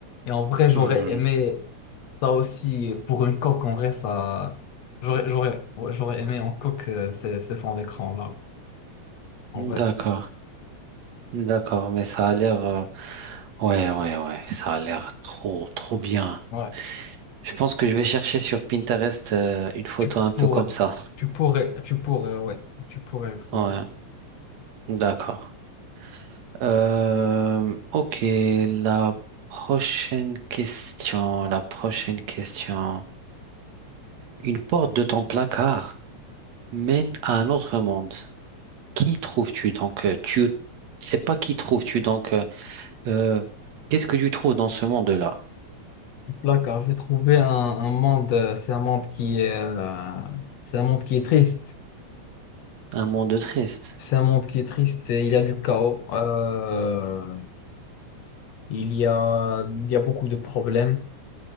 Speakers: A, on the left (about 65°); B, on the right (about 65°).
A: Et en vrai, j'aurais
B: Hmm.
A: aimé ça aussi pour une coque. En vrai, ça... J'aurais, j'aurais, ouais, j'aurais aimé en coque euh, ce, ce fond d'écran-là. ouais. En
B: D'accord,
A: vrai,
B: d'accord, mais ça a l'air... euh, Ouais, ouais, ouais, ça a l'air trop, trop bien.
A: ouais.
B: Je pense que je vais chercher sur Pinterest euh, une photo
A: Tu
B: un peu
A: pourrais,
B: comme ça.
A: tu pourrais, tu pourrais, ouais. Tu pourrais le trouver.
B: Ouais, d'accord. Euh, ok, la prochaine question, la prochaine question. Une porte de ton placard mène à un autre monde. Qui trouves-tu donc euh, tu c'est pas qui trouves-tu donc euh, euh, qu'est-ce que tu trouves dans ce monde-là?
A: Là, car j'ai trouvé un, un monde, euh, c'est un monde qui est, euh, c'est un monde qui est triste.
B: Un monde triste.
A: C'est un monde qui est triste et il y a du chaos. Euh, il y a, il y a beaucoup de problèmes.